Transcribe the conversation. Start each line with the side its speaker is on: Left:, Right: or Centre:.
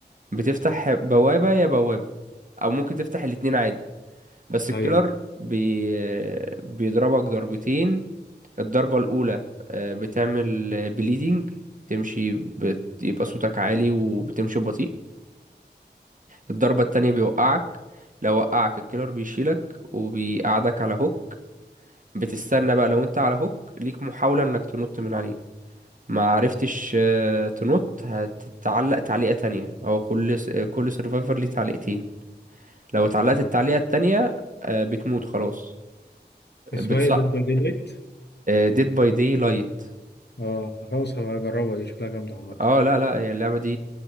Right: بتفتح بوابه يا بوابه او ممكن تفتح الاتنين عادي بس الكيلر
Left: ايوه
Right: بي... بيضربك ضربتين الضربة الأولى آه، بتعمل بليدنج تمشي بت... يبقى صوتك عالي وبتمشي ببطيء الضربة التانية بيوقعك لو وقعك الكيلر بيشيلك وبيقعدك على هوك بتستنى بقى لو انت على هوك ليك محاولة انك تنط من عليه ما عرفتش آه، تنط هتتعلق تعليقة تانية او كل س... كل سيرفايفر ليه تعليقتين لو اتعلقت
Left: اه
Right: التعليقة التانية آه، بتموت خلاص
Left: اسمها
Right: بتص...
Left: ايه ديد باي ديد لايت
Right: ديد باي دي لايت
Left: اه خلاص هبقى اجربها دي شكلها جامده عامه
Right: اه لا لا هي اللعبة دي